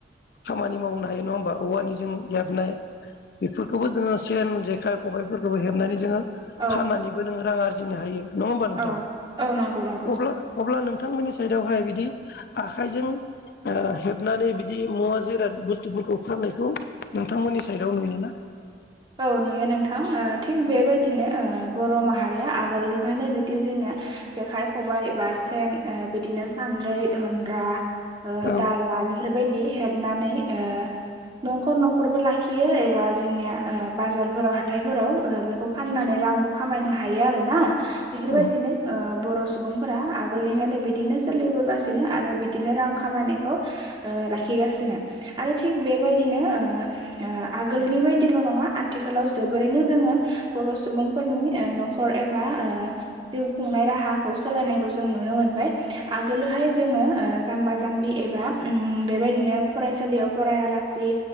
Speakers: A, on the left (about 55°); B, on the right (about 25°).
A: खामानि मावनो हायो नङा होमबा औवानि जों हेबनाय बेफोरखौबो जोङो सेन जेखाइ खबायफोरखौ हेबनानै जोङो
B: औ
A: फाननानैबो नों रां आरजिनो हायो। नङा होमबा नोंथां
B: औ औ नंगौ नंगौ
A: अब्ला अब्ला नों थांमोननि साइदहाय बिदि आखाइजों ओ हेबनानै बिदि मुवा जिराद बुस्थुफोरखौ फाननायखौ नोंथांमोननि साइदआव नुयोना
B: औ नुयो नोंथां ओ थिग बेबायदिनो ओ बर' माहारिया आगोलनिफ्रायनो बिदि जेंना जेखाय खबाय बा सेन ओ बिदिनो सानद्रै दनग्रा ओ
A: औ
B: दाला बेफोरबायदि हेब नानै ओ न'खर न'खरबो लाखियो एबा जोंनिया ओ बाजारफोराव हाथायफोराव ओ बेखौ फाननानै रांबो खामायनो हायो आरो ना बेफोरबायदिनो
A: औ
B: ओ बर' सु सुबुंफोरा आगोलनिफ्रायनो बिदिनो सोलिबोगासिनो आरो बिदिनो रां खामायनायखौ ओ लाखि गासिनो आरो थिख बेबायदिनो ओ ओ आगोलनि बाय दिल' नङा आथिखालाव जोबोरैनो जोङो बर' सुबुंफोरनि ओ न'खर एबा ओ जिउ खुंनाय राहाखौ सोलायनायखौ जों नुनो मोनबाय आगोलोहाय जोङो ओ जाम्बा जाम्बि एब एबा उम बेबायदिनो फरायसालियाव फरायलासि